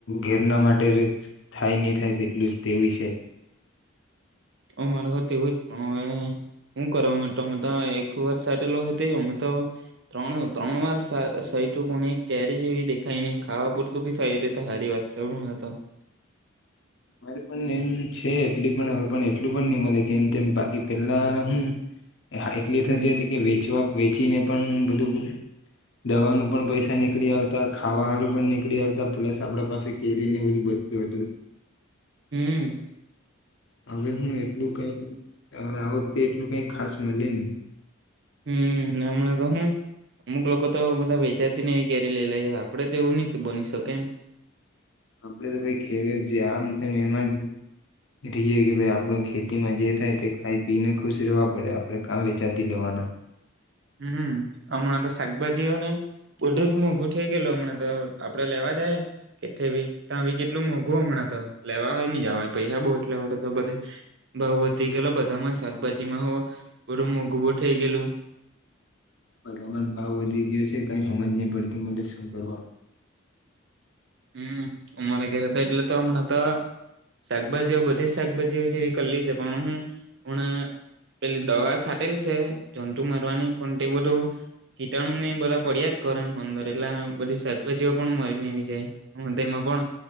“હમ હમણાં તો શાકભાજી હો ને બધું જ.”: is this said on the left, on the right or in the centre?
Right